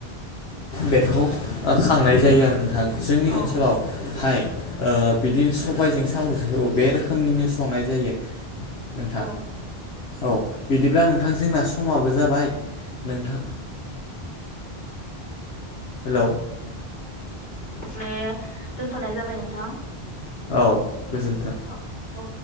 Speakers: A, on the left; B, on the left.
A: बेखौ ओ खांनाय जायो आरो नोंथां जोंनि
B: औ
A: ओनसोलावहाय ओ बिदि सबायजों साम'जों औ बे रोखोमनिनो संनाय जायो नोंथां।
B: औ।
A: औ बिदिब्ला नोंथां जोंना समाबो जाबाय नोंथां। हेलौ।
B: इदिनो दोनथ'नाय जाबाय नोंथां।
A: औ गोजोन्थों।
B: औ औ।